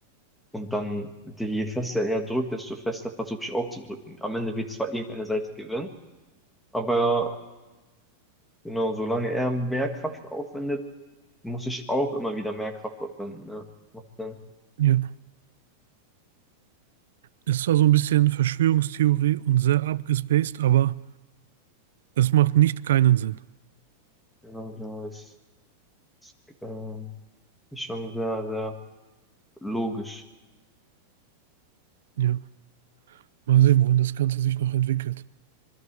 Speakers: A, in the centre; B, on the right.
A: und dann die, je fester er drückt, desto fester versuche ich auch zu drücken. Am Ende wird zwar irgendeine Seite gewinnen, aber genau, solange er mehr Kraft aufwendet, muss ich auch immer wieder mehr Kraft aufwenden. Ne? Macht dann,
B: Ja. Es war so ein bisschen Verschwörungstheorie und sehr abgespaced, aber es macht nicht keinen Sinn.
A: genau, genau, das ist, ähm, ist schon sehr, sehr logisch.
B: Ja. Mal sehen, wohin das Ganze sich noch entwickelt.